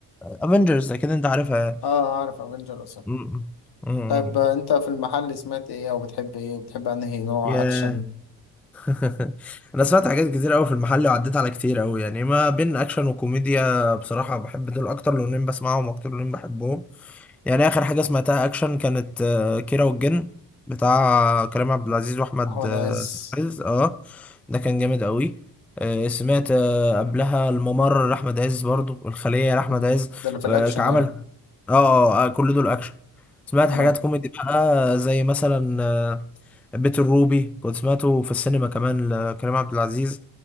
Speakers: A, in the centre; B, on the left (about 65°).
A: افنجرز اكيد انت عارفها يعني.
B: اه آه، اعرف افنجرز
A: مم. مم.
B: طيب آه، انت في المحل سمعت ايه او بتحب ايه بتحب انهي نوع
A: يا
B: اكشن
A: <laughs> انا سمعت حاجات كتير قوي في المحل وعديت على كتير قوي يعني ما بين اكشن وكوميديا بصراحه بحب دول اكتر لونين بسمعهم اكتر لونين بحبهم يعني اخر حاجه سمعتها اكشن كانت آه، كيرة والجن بتاع كريم عبد العزيز واحمد
B: احمد
A: آه،
B: عز
A: عز اه ده كان جامد قوي آه، سمعت آه، قبلها الممر لاحمد عز برضو والخليه لاحمد
B: مم،
A: عز
B: ده اللي في الاكشن
A: آه، كان
B: يعني
A: عمل اه آه، آه، كل دول اكشن سمعت
B: انا
A: حاجات كوميدي بقى آه، زي مثلا آه، بيت الروبي كنت سمعته في السينما كمان لكريم عبد العزيز